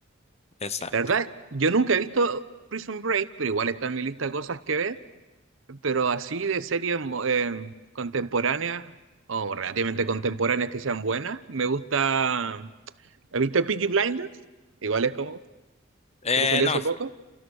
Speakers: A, on the left; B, on the right.
A: exacto.
B: La verdad, yo nunca he visto Prison Break, pero igual está en mi lista de cosas que ver, pero así de series mo- eh, contemporáneas o relativamente contemporáneas que sean buenas, me gusta. ¿Viste Peaky Blinders? Igual es como
A: Eh,
B: el que salió
A: no,
B: hace poco.